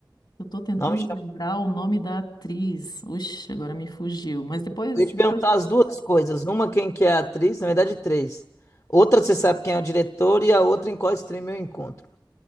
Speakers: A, on the left; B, on the left.
A: eu tô tentando
B: Não me chamou.
A: lembrar o nome da atriz. Oxe, agora me fugiu. Mas depois,
B: Eu ia te
A: depois
B: perguntar
A: quando
B: as
A: eu
B: duas
A: lembrar.
B: coisas. Uma, quem que é a atriz, na verdade, três. Outra, você sabe quem é o diretor, e a outra, em qual stream eu encontro.